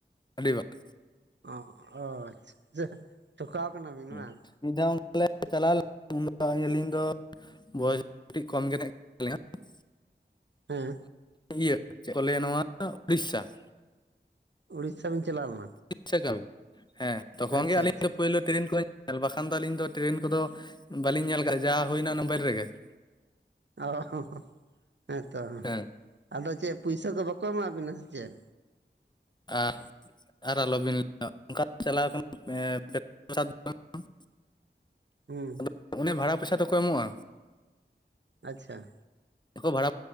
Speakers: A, on the left; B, on the right.
A: ᱟᱹᱰᱤ ᱵᱟᱨ ᱾
B: ᱚᱼᱦᱼ ᱚ ᱟᱪᱪᱷᱟ, ᱴᱷᱚᱠᱟᱣ ᱠᱟᱱᱟᱵᱤᱱ
A: ᱦᱩᱸ,
B: ᱵᱟᱝ?
A: ᱢᱤᱫ ᱫᱷᱟᱣ ᱚᱱᱠᱟ ᱞᱮ ᱪᱟᱞᱟᱣ ᱞᱮᱱᱟ ᱩᱱ ᱫᱚ ᱟᱹᱞᱤᱧ ᱫᱚ <unintelligible> ᱵᱚᱭᱮᱥ ᱠᱟᱹᱴᱤᱡ ᱠᱚᱢ ᱜᱮ ᱛᱟᱦᱮ ᱠᱟᱱ ᱛᱟᱹᱞᱤᱧᱟ ᱾
B: ᱦᱮᱸ
A: ᱤᱭᱟᱹ, ᱪᱮᱫ ᱠᱚ ᱞᱟᱹᱭᱟ ᱱᱚᱣᱟ ᱩᱲᱤᱥᱥᱟ ᱾
B: ᱩᱲᱤᱥ ᱥᱟ ᱵᱤᱱ ᱪᱟᱞᱟᱣ ᱞᱮᱱᱟ ᱾
A: ᱩᱲᱤᱥᱥᱟ ᱠᱟᱹᱢᱤ, ᱦᱮᱸ ᱛᱚᱠᱷᱚᱱ
B: ᱟᱪᱪᱷᱟ
A: ᱜᱮ ᱟᱹᱞᱤᱧ
B: ᱟᱪᱪᱷᱟ
A: ᱫᱚ ᱯᱳᱭᱞᱳ ᱴᱨᱮᱱ ᱠᱚᱨᱮ ᱵᱟᱠᱷᱟᱱ ᱫᱚ, ᱟᱹᱞᱤᱧ ᱫᱚ ᱴᱨᱮᱱ ᱠᱚᱫᱚ ᱵᱟᱹᱞᱤᱧ ᱧᱮᱞ ᱠᱟᱜᱼᱟ, ᱡᱟ ᱦᱩᱭᱱᱟ ᱢᱳᱵᱟᱭᱤᱞ ᱨᱮᱜᱮ ᱾
B: ᱚᱻᱦᱚ-ᱦᱚ ᱦᱮᱸᱛᱚ,
A: ᱦᱮᱸ
B: ᱟᱫᱚ ᱪᱮᱫ ᱯᱩᱭᱥᱟᱹ ᱠᱚ ᱵᱟᱠᱚ ᱮᱢᱟᱵᱤᱱᱟ ᱥᱮ ᱪᱮᱫ?
A: ᱟᱦ, ᱟᱨ ᱟᱞᱚᱵᱤᱱ ᱞᱟᱹ <unintelligible> ᱚᱱᱠᱟ ᱪᱟᱞᱟᱣ ᱠᱟᱱᱟ <unintelligible>
B: ᱦᱩᱸᱻ ᱾
A: ᱟᱫᱚ ᱚᱱᱮ ᱵᱷᱟᱲᱟ ᱯᱚᱭᱥᱟ ᱫᱚ ᱠᱚᱭ ᱮᱢᱚᱜᱼᱟ?
B: ᱟᱪᱪᱷᱟ, ᱾
A: ᱵᱷᱟᱲᱟ